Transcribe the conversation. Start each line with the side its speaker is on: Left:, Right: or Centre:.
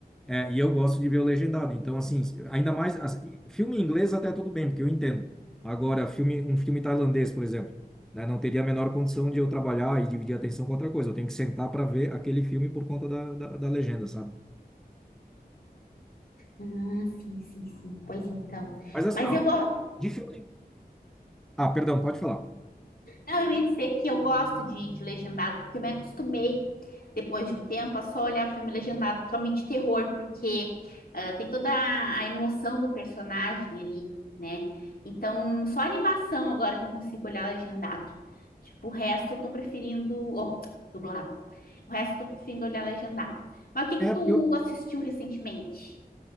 Centre: É, e eu gosto de ver o legendado. Então, assim, ainda mais assim, filme em inglês até tudo bem, porque eu entendo. Agora, filme, um filme tailandês, por exemplo, né, não teria a menor condição de eu trabalhar e dividir a atenção com outra coisa. Eu tenho que sentar para ver aquele filme por conta da, da, da legenda, sabe?
Left: Ah, sim, sim, sim. Pois então.
Centre: Mas assim,
Left: Mas
Centre: ó,
Left: eu gosto.
Centre: de filme. Ah, perdão, pode falar.
Left: Não, eu ia dizer que eu gosto de, de legendado, porque eu me acostumei, depois de um tempo, a só olhar filme legendado, principalmente de terror, porque ah, tem toda a, a emoção do personagem ali, né? Então, só animação agora que eu consigo olhar legendado. Tipo, o resto eu tô preferindo. Oh, dublado. O resto eu tô preferindo olhar legendado. Mas o que que
Centre: É,
Left: tu
Centre: porque eu.
Left: assistiu recentemente?